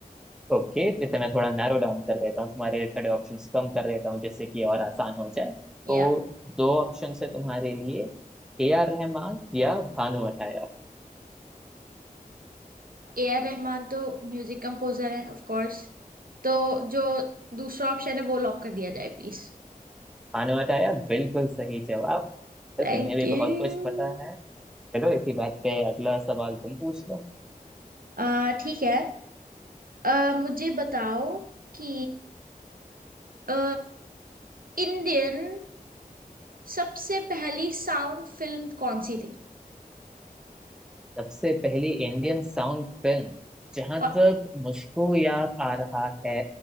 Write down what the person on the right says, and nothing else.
या
ए आर रहमान तो म्यूजिक कंपोजर है ऑफ कोर्स तो जो दूसरा ऑप्शन है वो लॉक कर दिया जाए प्लीज
Thank
you
अ, ठीक है अ, मुझे बताओ कि अ, इंडियन सबसे पहली साउंड फिल्म कौन सी थी
और